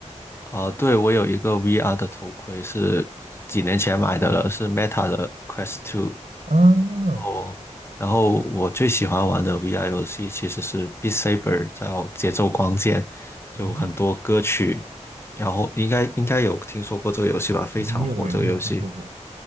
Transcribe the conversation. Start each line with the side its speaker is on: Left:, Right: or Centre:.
Left: 呃，对，我有一个 VR 的头盔，是几年前买的了，是 Meta 的 Quest t 2。
Right: 啊，
Left: 哦，然后我最喜欢玩的 VR 游戏其实是《Beat Saber》，叫节奏光剑，就很多歌曲，
Right: 嗯，
Left: 然后应该应该有听说过这个游戏吧？非常火这个游戏，
Right: 没有诶，没有听说过。